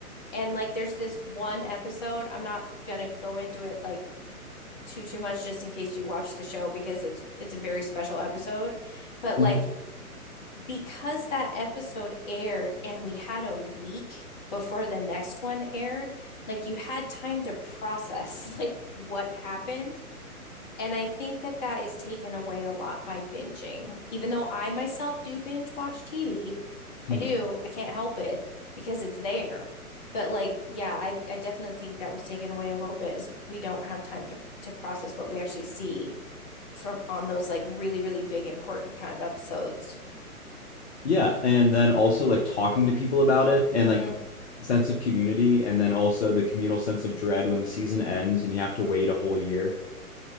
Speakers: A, on the left; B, on the left.
A: And like there's this one episode, I'm not gonna go into it like too too much just in case you watch the show because it's it's a very special episode. But
B: Mhm.
A: like because that episode aired and we had a week before the next one aired, like you had time to process <laughs> like what happened And I think that that is taken away a lot by binging. Even though I myself do binge watch TV,
B: <laughs>
A: I do. I can't help it because it's there. But like, yeah, I, I definitely think that was taken away a little bit is we don't have time to, to process what we actually see for on those like really, really big important kind of episodes.
B: Yeah, and then also like talking to people about it and
A: hmm
B: like the sense of community and then also the communal sense of dread when the season ends and you have to wait a whole year.